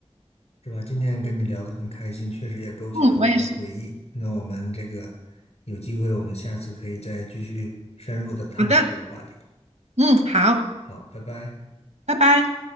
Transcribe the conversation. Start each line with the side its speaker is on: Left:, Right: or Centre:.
Left: 是吧？今天跟你聊得很开心，确实也勾起了我的回忆。
Right: 嗯，我也是。
Left: 那我们这个有机会，我们下次可以再继续深入的探讨这个话题。
Right: 好的，嗯，好，
Left: 好，拜拜。
Right: 拜拜。